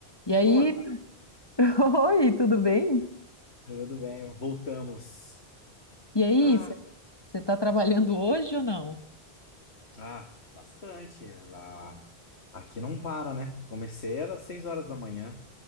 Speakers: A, on the left (about 25°); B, on the left (about 85°).
A: E
B: Boa
A: aí,
B: tarde,
A: <laughs> oi, tudo bem?
B: tudo bem? Voltamos.
A: E aí,
B: Ah,
A: você está trabalhando hoje ou não?
B: ah, bastante. Ah, aqui não para, né? Comecei era 6 horas da manhã.